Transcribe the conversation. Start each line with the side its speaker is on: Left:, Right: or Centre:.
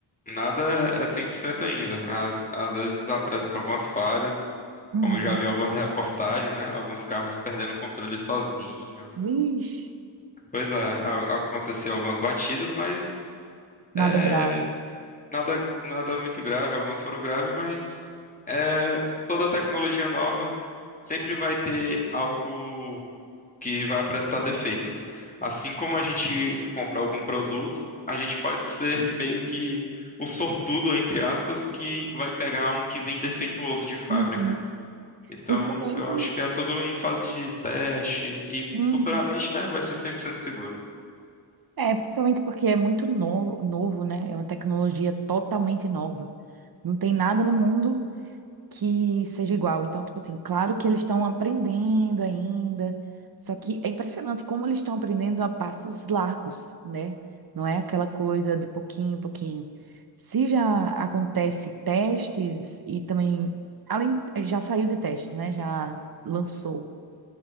Left: Nada é é 100% ainda. Às, às vezes apresenta algumas falhas,
Right: Uhum.
Left: como eu já vi em algumas reportagens, né? Alguns carros perdendo o controle sozinho.
Right: Vixe,
Left: Pois é, a- aconteceu algumas batidas, mas
Right: nada
Left: é,
Right: grave.
Left: nada, nada muito grave. Algumas foram graves, mas é, toda tecnologia nova sempre vai ter algo que vai apresentar defeito, né? Assim como a gente compra algum produto, a gente pode ser <laughs> meio que o sortudo, entre aspas, que vai pegar um que vem defeituoso de fábrica.
Right: Uhum.
Left: Então,
Right: Principalmente,
Left: eu acho que é tudo em fase de teste e
Right: uhum.
Left: futuramente, né, vai ser 100% seguro.
Right: É, principalmente porque é muito novo, novo, né? É uma tecnologia totalmente nova. Não tem nada no mundo que seja igual. Então, tipo assim, claro que eles estão aprendendo ainda. Só que é impressionante como eles estão aprendendo a passos largos, né? Não é aquela coisa de pouquinho em pouquinho. Se já acontece testes e também, além, já saiu de testes, né? Já lançou